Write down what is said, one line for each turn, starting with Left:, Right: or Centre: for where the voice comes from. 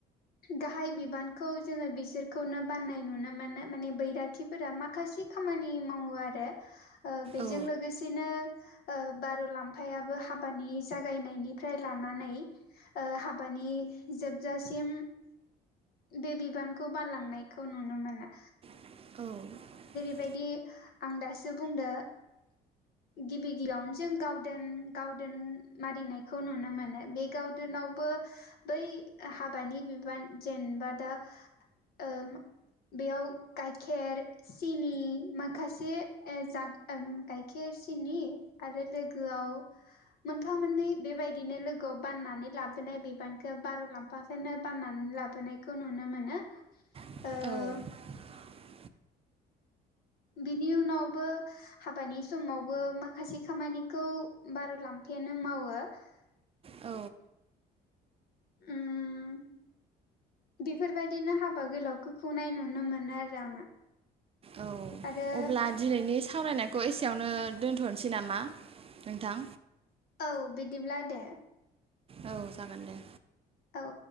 Left: गाहाय बिबानखौ जोङो बिसोरखौनो बाननाय नुनो मोनो माने बैराथिफोरा माखासे खामानि मावो आरो ओ बेजों
Right: औ
Left: लोगोसेनो ओ बारलाम्फायाबो हाबानि जागायनायनिफ्राय लानानै ओ हाब बानि जोबजासिम बे बिबानखौ बानलांनायखौ नुनो मोनो
Right: <unintelligible>
Left: बेबायदि आं दासो बुंदो गिबि गिबियावनो जों गावदोन गावदोन मारिनायखौ नुनो मोनो बे गावदोनावबो बै हाबानि बिबान जेनेबा दा ओ बेयाव गायखेर सिनि माखासे जा गायखेर सिनि आरो लोगोआव मोनफा मोननै बेबायदिनो लोगोआव बाननानै लाबोनाय बिबानखौ बारलाम्फाखौनो बाननानै लाब नायखौ नुनो मोनो
Right: <unintelligible>
Left: ओ बिनि उनावबो हाबानि समावबो माखासे खामानिखौ बारलाम्फायानो मावो <unintelligible>
Right: औ
Left: ओम बेफोरबायदिनो हाबा गोलावखो खुंनाय नुनो मोनो आरो आङो
Right: औ
Left: आरो
Right: अब्ला दिनैनि सावरायनायखौ एसेयावनो दोनथ'नोसै नामा नोंथां?
Left: औ बिदिब्ला दे
Right: औ जागोन दे
Left: औ